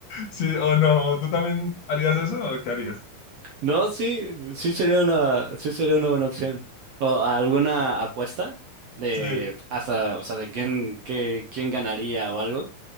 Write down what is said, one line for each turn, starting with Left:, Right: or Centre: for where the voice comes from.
Left: sí, o no, ¿tú también harías eso o qué harías?
Right: No, sí, sí sería una, sí sería una buena opción. ¿O alguna apuesta de
Left: Sí,
Right: hasta, o sea, de quién, qué, quién ganaría o algo?